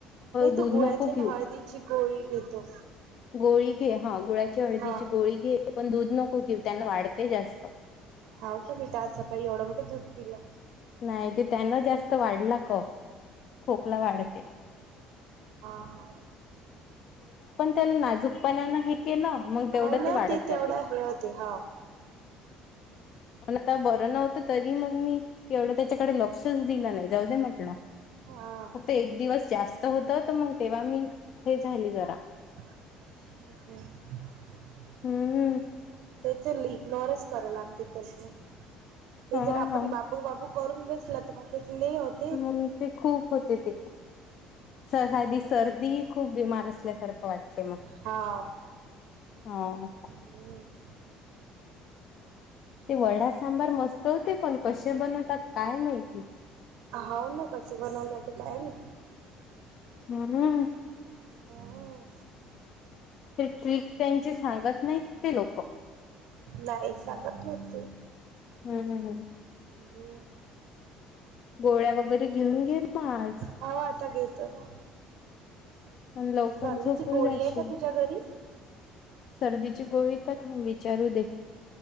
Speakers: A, on the right; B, on the left.
A: नाही
B: दूध
A: तर गुळ्याच्या
B: नको घेऊ
A: हळदीची गोळी घेतो
B: गोळी घे हा गुळाची हळदीची
A: हा
B: गोळी घे पण दूध नको घेऊ त्यांना वाढते जास्त
A: होा का मी तर आज सकाळी एवढं मोठं दूध पिलं
B: नाही ते त्यांना जास्त वाढला कफ खोकला वाढते
A: ह हा
B: त्या नाजूकपणान हे केलं मग
A: हाव
B: तेवढं
A: ना
B: ते वाढत
A: तेवढं
B: जाते
A: हे होते हा
B: मण आता बरं नव्हतं तरी मग मी एवढं त्याच्याकडे लक्षच दिलं नाही जाऊ देे म्हटलं
A: हा
B: फक्त एक दिवस जास्त होत तर मग तेव्हा मी हे झाली जरा
A: ह
B: हम्म
A: तेथ इग्नोरच करायला लागते त्यां ते
B: हा
A: ज आपण
B: हा
A: बा बाबू करून बेसला तर मग तिथ ल होत
B: ह ते खूप होते ते स
A: हम्म
B: आधी सर्दी खूप बीमार असल्यासारखं वाटतेंय मग
A: हा
B: ह
A: हम्म
B: ते वडा सांबार मस्त होते पण कसे बनवतात काय माहिती
A: हा न कस बनवल होत काय न
B: ह
A: हम्म
B: ते ट्रिक त्यांची सांगत नाही ते लोक
A: नाही सांगत होते
B: हम् हम हम
A: जे
B: गोळ्या वगैरे घेऊन घे माज
A: हो आता घेतो म
B: आणि लवकर
A: सर्दीची
B: झोपून
A: गोळी
B: जाशील.
A: आहे का तुझ्या घरी
B: सर्दीची गोळी का थांब विचारू दे